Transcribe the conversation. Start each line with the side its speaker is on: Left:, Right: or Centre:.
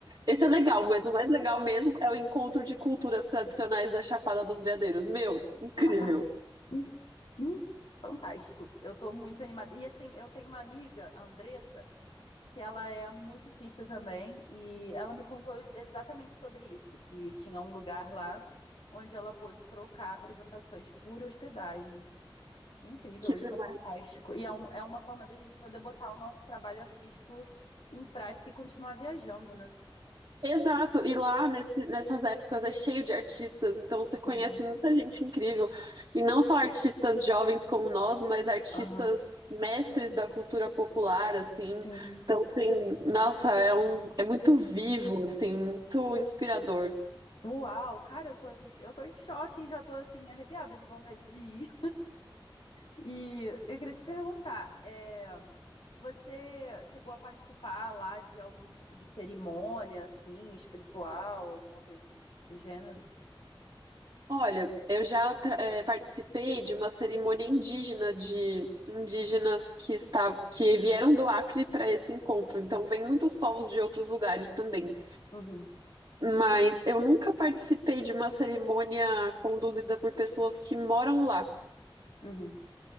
Right: Esse é legal, mas o mais legal mesmo é o encontro de culturas tradicionais da Chapada dos Veadeiros. Meu, incrível.
Left: Ah, que fim fantástico. Eu tô muito animada. E assim, eu tenho uma amiga, a Andressa, que ela é musicista também, e ela me contou exatamente sobre isso, que tinha um lugar lá onde ela pôde trocar apresentações por hospedagem. Que incrível,
Right: Que
Left: isso
Right: demais.
Left: é fantástico. E é, um- é uma forma da gente poder botar o nosso trabalho artístico em prática e continuar viajando, né?
Right: Exato, e lá nesse- nessas épocas é cheio de artistas, então você conhece
Left: Uhum.
Right: muita gente incrível. E não só artistas jovens como nós, mas artistas
Left: Aham.
Right: mestres da cultura popular, assim.
Left: Sim.
Right: Então tem, nossa, é um, é muito vivo, assim, muito inspirador.
Left: Uau, cara, eu tô, eu tô em choque e já tô assim, arrepiada de vontade de ir. E eu queria te perguntar, é, você chegou a participar lá de algum tipo de cerimônia, assim, espiritual, alguma coisa do, do gênero?
Right: Olha, eu já tra- eh, participei de uma cerimônia indígena de indígenas que está, que vieram do Acre para esse encontro. Então, vem muitos povos de outros lugares também.
Left: Uhum,
Right: Mas eu nunca participei de uma cerimônia conduzida por pessoas que moram lá.
Left: uhum.